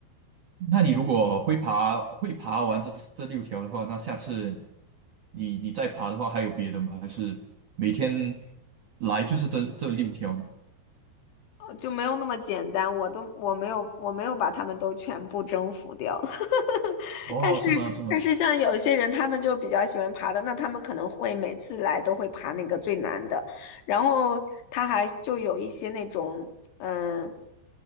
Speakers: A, on the right; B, on the left.
A: 那你如果会爬会爬完这这六条的话，那下次你你再爬的话，还有别的吗？还是每天来就是这这六条呢？
B: 就没有那么简单，我都我没有我没有把他们都全部征服掉，<laughs>
A: 哦，
B: 但是但是像有一些人，
A: 是吗？是吗？
B: 他们就比较喜欢爬的，那他们可能会每次来都会爬那个最难的，然后他还就有一些那种嗯。